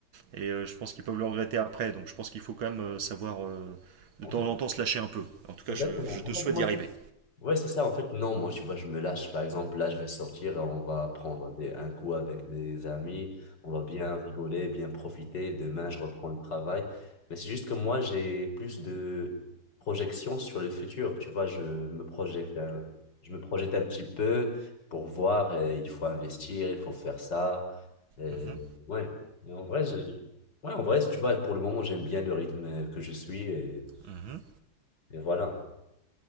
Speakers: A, on the right; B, on the left.
A: Et euh, je pense qu'ils peuvent le regretter après. Donc je pense qu'il faut quand même euh, savoir euh,
B: En
A: de temps
B: fait,
A: en temps se lâcher un peu. En tout cas,
B: Exactement.
A: je, je te
B: En fait,
A: souhaite
B: moi,
A: d'y arriver.
B: ouais, c'est ça. En fait, non, moi, tu vois, je me lâche. Par exemple, là, je vais sortir euh, on va prendre des, un coup avec des amis. On va bien rigoler, bien profiter. Demain, je reprends le travail. Mais c'est juste que moi, j'ai plus de projections sur le futur. Tu vois, je me projette un, je me projette un petit peu pour voir. euh, il faut investir, il faut faire ça. Euh,
A: Mhm,
B: ouais. mais en vrai, je- ouais, en vrai, tu vois, pour le moment, j'aime bien le rythme que je suis. Et,
A: mhm.
B: et voilà.